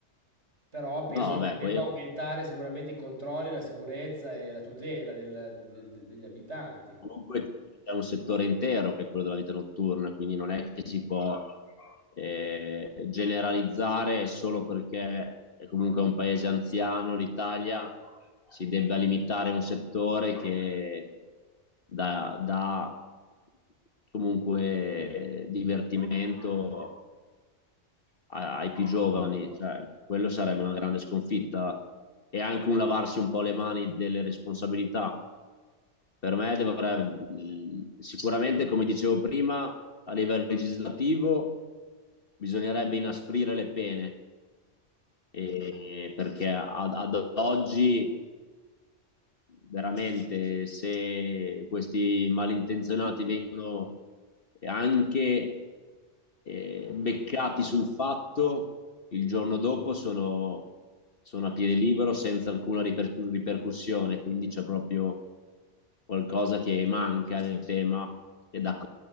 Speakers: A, on the right (about 70°); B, on the left (about 50°).
A: Però penso
B: No,
A: che
B: vabbè,
A: si debba
B: poi
A: aumentare sicuramente i controlli, la sicurezza e la tutela del- de- de- degli abitanti.
B: comunque c'è un settore intero che è quello della vita notturna, quindi non è che si può eh, generalizzare solo perché è comunque un paese anziano, l'Italia, si debba limitare un settore che dà, dà comunque divertimento a- ai più giovani, cioè, quello sarebbe una grande sconfitta e anche un lavarsi un po' le mani delle responsabilità. Per me dovrebbe, sicuramente, come dicevo prima, a livello legislativo bisognerebbe inasprire le pene, e- perché ad, ad oggi veramente se questi malintenzionati vengono e anche eh, beccati sul fatto, il giorno dopo sono, sono a piede libero senza alcuna riper- ripercussione, quindi c'è proprio qualcosa che manca nel tema e da, co-